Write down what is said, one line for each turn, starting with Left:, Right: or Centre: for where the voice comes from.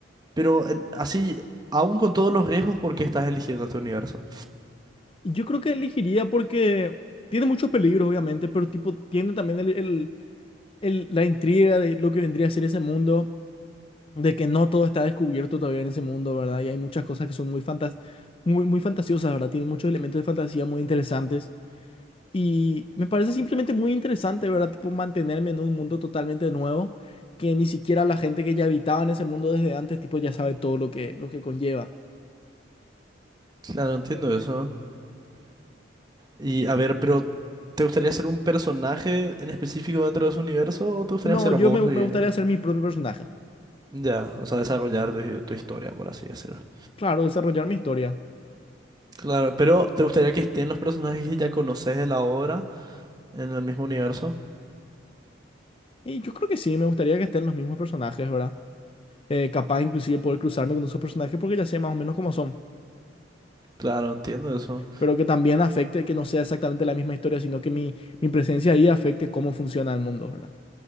Right: pero en- así, aún con todos los riesgos, ¿por qué estás eligiendo este universo?
Left: Yo creo que elegiría porque tiene muchos peligros, obviamente, pero tipo tiene también el- el- el- la intriga de lo que vendría a ser ese mundo, de que no todo está descubierto todavía en ese mundo, ¿verdad? Y hay muchas cosas que son muy fantas muy, muy fantasiosas, ¿verdad? Tiene muchos elementos de fantasía muy interesantes. Y me parece simplemente muy interesante, ¿verdad? Tipo mantenerme en un mundo totalmente nuevo, que ni siquiera la gente que ya habitaba en ese mundo desde antes, tipo ya sabe todo lo que, lo que conlleva.
Right: Claro, entiendo eso. Y a ver, pero ¿te gustaría ser un personaje en específico dentro de su universo o te gustaría
Left: No,
Right: ser
Left: yo
Right: vos
Left: me,
Right: y
Left: me gustaría ser mi propio personaje.
Right: ya, o sea, desarrollar tu, tu historia, por así decirlo?
Left: Claro, desarrollar mi historia.
Right: Claro, pero ¿te gustaría que estén los personajes que ya conoces de la obra en el mismo universo?
Left: Y yo creo que sí, me gustaría que estén los mismos personajes, ¿verdad? Eh, capaz inclusive poder cruzarme con esos personajes porque ya sé más o menos cómo son.
Right: Claro, entiendo eso.
Left: Pero que también afecte que no sea exactamente la misma historia, sino que mi, mi presencia ahí afecte cómo funciona el mundo, ¿verdad?